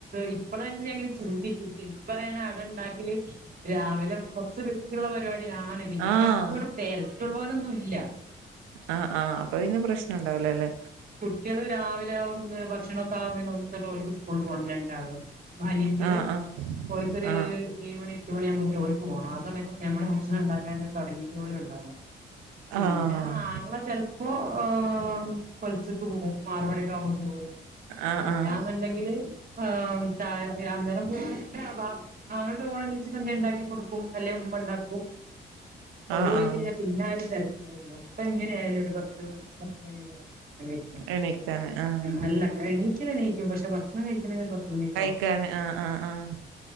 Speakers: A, on the right; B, on the right.
A: ഇപ്പളാണേച്ചാ ഞാൻ ഇങ്ങനെ ചിന്തിക്കും ഇപ്പ പറയാണ് അട ഉണ്ടാക്കല് രാവിലെ കുറച്ച് റിസ്ക്കുള്ള പരിപാടിയാണ് പിന്നെ
B: ആഹ്
A: ഞങ്ങക്കിവിടെ തിരക്കുള്ളോലൊന്നും ഇല്ല
B: ആഹ് ആഹ് അപ്പൊ പിന്നെ പ്രശ്നണ്ടാവൂലാ അല്ലെ
A: കുട്ട്യാള് രാവിലെ ആവുമ്പോ ഭക്ഷണ ഒക്കെ ആകുന്നേന് ഓല്ക്ക്‌ തന്നെ ഓല്ക്ക് സ്കൂൾ പോണം രണ്ടാള് ഇപ്പോ അനിയത്തിയാള്
B: ആഹ് ആഹ്
A: ഓൽക്കൊര്
B: ആഹ്
A: ഏയ് മണി എട്ട് മണി ആവൂമ്പത്തിന് ഓൽക്ക്‌ പോണം ആ സമയത്ത് നമ്മള് ഭക്ഷണം ഉണ്ടാക്കാന് തുടങ്ങയിട്ട് പോലും ഉണ്ടാവില്ല പിന്നെ
B: ആഹ്
A: അങ്ങള ചെലപ്പോ ഏഹ് പൊലച്ചക്ക്‌ പോകും ആറ് മണിയൊക്കെ ആവുമ്പോ ത്തിന് പോവും
B: ആഹ്
A: പിന്നാന്നുണ്ടെങ്കില് ആഹ് ചായ അന്നേരം പോ ര വ ആങ്ങളന്റെ ഓള് എണീച്ച്ട്ട് എന്തേ ഉണ്ടാക്കി കൊടുക്കും അല്ലേ ഉമ്മ ഉണ്ടാക്കും ഓന്
B: ആഹ്
A: ഒഴിവില്ല
B: ആഹ്
A: പിന്നെ ആരും തിരക്കി പോവില്ല ഇപ്പ എങ്ങനെ ആയാലും ഒരു പത്ത് പത്ത്മണിയൊക്കെ ആവും എണീക്കണങ്കിൽ
B: എണീക്കാന് ആഹ്
A: അല്ല എണീക്കല എണീക്കും പക്ഷെ ഭക്ഷണം കഴിക്കണെങ്കിൽ ഒരു പത്തുമണിയൊക്കെ ആവും
B: ക്കെ ആഹ് ആഹ് ആഹ്